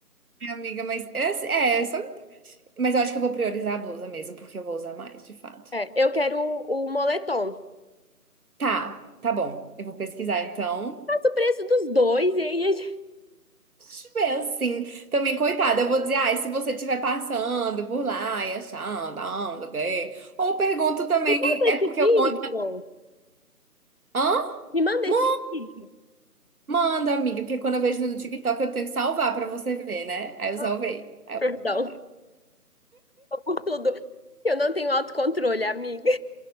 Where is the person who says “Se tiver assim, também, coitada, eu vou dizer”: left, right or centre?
Right